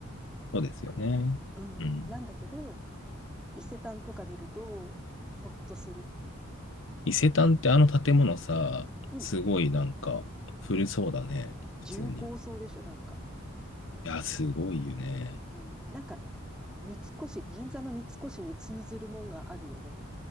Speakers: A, on the left; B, in the centre.
A: そうですよね。
B: うん。
A: うん。
B: なんだけど、伊勢丹とか見ると、ほっとする。
A: 伊勢丹ってあの建物さ、
B: うん。
A: すごいなんか古そうだね。
B: 重厚そうでしょ、
A: 普通に。い
B: なんか。
A: や、すごいよね。
B: うん。なんか、三越、銀座の三越に通ずるもんがあるよね。